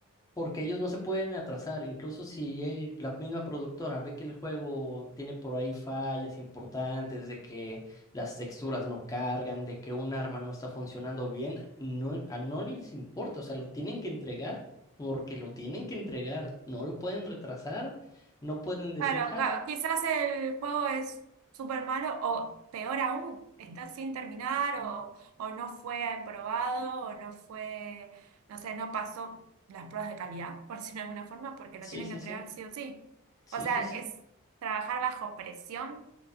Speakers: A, on the left (about 15°); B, on the right (about 70°).
A: Porque ellos no se pueden atrasar. Incluso si él, la misma productora ve que el juego tiene por ahí fallas importantes, de que las texturas no cargan, de que un arma no está funcionando bien, no, a no les importa. O sea, lo tienen que entregar porque lo tienen que entregar. No lo pueden retrasar. No pueden decir,
B: Claro,
A: ja,
B: ca- quizás el juego es súper malo o peor aún, está sin terminar o, o no fue aprobado o no fue, no sé, no pasó las pruebas de calidad, <laughs> por decirlo de alguna forma, porque
A: sí,
B: lo tienen
A: sí,
B: que entregar
A: sí,
B: sí o sí.
A: sí,
B: O sea,
A: sí, sí.
B: es trabajar bajo presión